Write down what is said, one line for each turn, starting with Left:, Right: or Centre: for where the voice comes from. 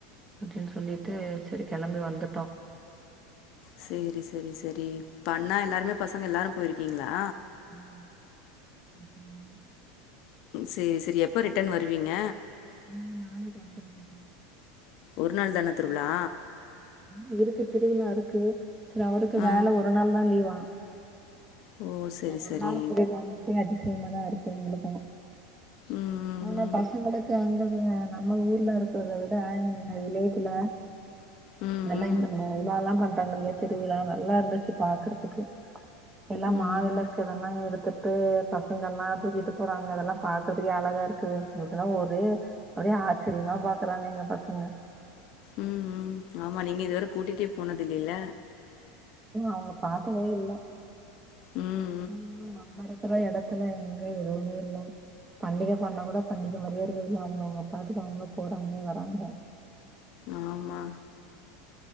Right: அப்டின்னு சொல்லிட்டு சரி கிளம்பி வந்துட்டோ
Left: சேரி சேரி சரி இப்ப அண்ணா எல்லோருமே பசங்க எல்லோரு போயிருக்கீங்ளா
Right: உம் உம்
Left: சேரி சேரி எப்போ ரிட்டன் வருவீங்க
Right: உ நாளைக்கு வந்துருவோ
Left: ஒரு நாள் தானே திருவிழா
Right: இவருக்கு திருவிழா இருக்கு சரி அவருக்கு
Left: ஆ
Right: வேல ஒரு நாள் தா லீவா
Left: ஓ சேரி
Right: ஒரு
Left: சேரி
Right: நாளு புரியாம அதிசயமா தா இருக்கு எங்களுக்கு
Left: ம்
Right: ஆனா பசங்களுக்கு அந்த <unintelligible> நம்ம ஊர்ல இருக்கிறத விட இங்க வில்லேஜ்ல
Left: ம்
Right: நல்லா
Left: ம்
Right: இன்னு இவா ல்லா பண்றாங்க இல்லையா திருவிழா நல்லா இருந்துச்சு பாக்குறதுக்கு எல்லாமா
Left: ம்
Right: விளக்கு இதெல்லா எடுத்துட்டு பசங்கள்ளா தூக்கிட்டு போறாங்க அதெல்லா பாக்குறதுக்கே அழகா இருக்குது எங்களுக்குல்லா ஒரே ஒரே ஆச்சரியமா பாக்குறாங்க எங்க பசங்க
Left: உம் உம் ஆமா நீங்க இதுவர கூட்டிட்டே போனது இல்லல்ல
Right: அவங்க பாக்கவே இல்ல
Left: உம்
Right: உம் நம்ம இருக்கிற இடத்துல எங்க எதுவுமே இல்ல பண்டிக பண்ணா கூட பண்டிக மாதிரியே இருக்குரது இல்ல அவங்க அவங்க பாட்டுக்கு அவங்க அவங்க போறாங்க வராங்க
Left: ஆமா